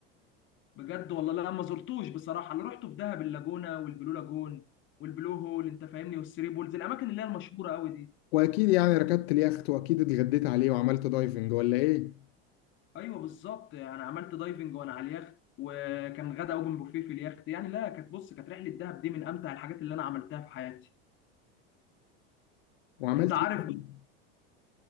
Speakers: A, on the left; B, on the left.
A: بجد والله لا ما زرتوش بصراحه انا رحت في دهب اللاجونه والبلو لاجون والبلو هول انت فاهمني والثري بولز الاماكن اللي هي المشهوره قوي دي
B: واكيد يعني ركبت اليخت واكيد اتغديت عليه وعملت دايفنج ولا ايه
A: ايوه بالظبط انا عملت دايفنج وانا على اليخت وكان غدا اوبن بوفيه في اليخت يعني لا كانت بص كانت رحله دهب دي من امتع الحاجات اللي انا عملتها في حياتي
B: وعملت
A: انت عارف
B: إيه تاني؟
A: بقى-